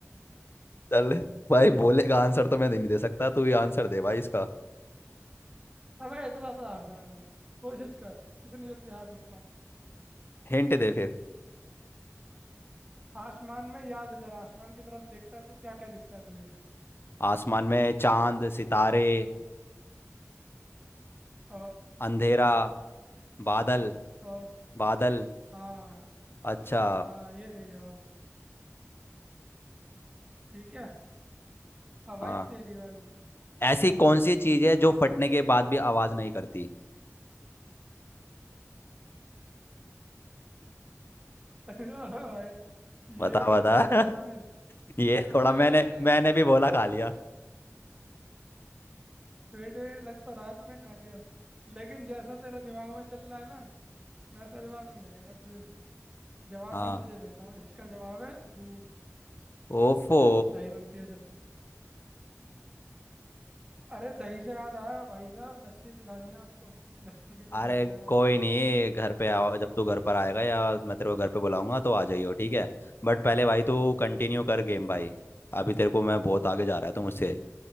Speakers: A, on the left; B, on the right.
A: चल भाई बोलेगा आंसर तो मैं नहीं दे सकता तू ही आंसर दे भाई इसका
B: अबे इतना तो आसान है कोशिश कर इतनी जल्दी हार मत मान
A: हिंट दे फिर
B: आसमान में याद कर आसमान की तरफ देखता है तो क्या क्या दिखता है तुझे
A: आसमान में चांद सितारे
B: और
A: अंधेरा बादल
B: और
A: बादल
B: हाँ
A: अच्छा
B: हाँ ये सही जवाब है ठीक है अब भाई
A: हाँ
B: तेरी बारी
A: ऐसी कौन सी चीज है जो फटने के बाद भी आवाज नहीं करती
B: <laughs> अरे भाई
A: बता
B: ये क्या
A: बता
B: पूछ लिया
A: <laughs>
B: तूने
A: ये
B: अबे
A: थोड़ा मैंने मैंने भी बोला खा लिया
B: बेटे लग तो रहा है तूने खा लिया लेकिन जैसा तेरा दिमाग में चल रहा है ना वैसा जवाब नहीं मिलेगा तुझे जवाब
A: हाँ
B: मैं तुझे देता हूँ इसका जवाब है दूध
A: ओफो
B: दही बनती है जब अरे दही से याद आया भाई साहब लस्सी पिलानी है आपको लस्सी के
A: अरे
B: फैन हो गए हम
A: कोई
B: आपकी
A: नहीं घर पे आओ जब तू घर पर आएगा या मैं तेरे को घर पे बुलाऊंगा तो आ जाइयो ठीक है बट पहले भाई तू कंटिन्यू कर गेम भाई अभी तेरे को मैं बहुत आगे जा रहा है तो मुझसे